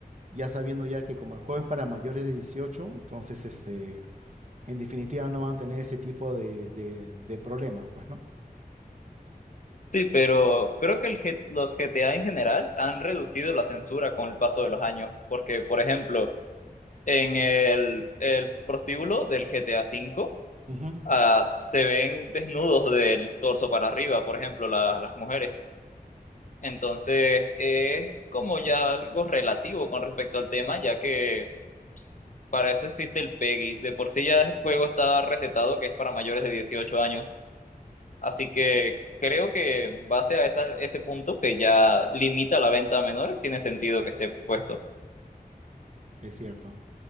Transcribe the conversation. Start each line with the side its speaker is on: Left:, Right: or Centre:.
Right: ya sabiendo ya que como el juego es para mayores de dieciocho entonces este, en definitiva no van a tener ese tipo de, de, de problemas, pues, ¿no?
Left: Sí, pero creo que el, G- los GTA en general han reducido la censura con el paso de los años, porque, por ejemplo, en el, el prostíbulo del GTA V
Right: Ujú,
Left: ah, se ven desnudos del torso para arriba, por ejemplo, la- las mujeres. Entonces, es como ya algo relativo con respecto al tema, ya que Para eso existe el PEGI. De por sí ya el juego está recetado que es para mayores de 18 años. Así que creo que en base a esa- ese punto que ya limita la venta a menores, tiene sentido que esté puesto.
Right: es cierto.